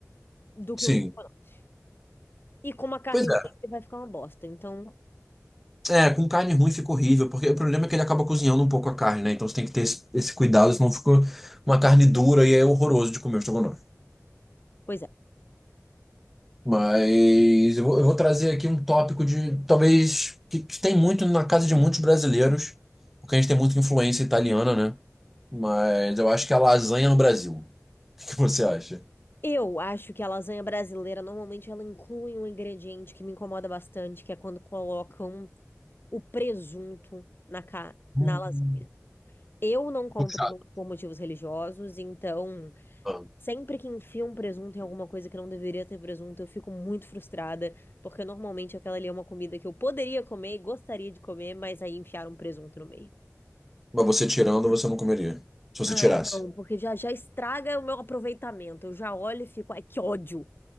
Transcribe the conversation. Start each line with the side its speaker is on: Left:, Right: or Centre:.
Left: do
Centre: Sim,
Left: que um estrogonofe. E com uma carne
Centre: pois
Left: ruim
Centre: é.
Left: ele vai ficar uma bosta. Então,
Centre: É, é, com carne ruim fica horrível, porque o problema é que ele acaba cozinhando um pouco a carne, né? Então você tem que ter esse, esse cuidado, senão fica uma carne dura e é horroroso de comer o estrogonofe.
Left: pois é.
Centre: Mas eu vou, eu vou trazer aqui um tópico de talvez que, que tem muito na casa de muitos brasileiros, porque a gente tem muita influência italiana, né? Mas eu acho que é a lasanha no Brasil. O que que você acha?
Left: Eu acho que a lasanha brasileira normalmente ela inclui um ingrediente que me incomoda bastante, que é quando colocam o presunto na, ca...
Centre: Hum,
Left: na lasanha. Eu não como
Centre: Puxado.
Left: presunto por motivos religiosos, então
Centre: Ah,
Left: Sempre que enfiam um presunto em alguma coisa que não deveria ter presunto, eu fico muito frustrada, porque normalmente aquela ali é uma comida que eu poderia comer, e gostaria de comer, mas aí enfiaram um presunto no meio.
Centre: Mas você tirando, você não comeria. Se
Left: Ai,
Centre: você tirasse.
Left: não, porque já já estraga o meu aproveitamento. Eu já olho e fico, ai, que ódio.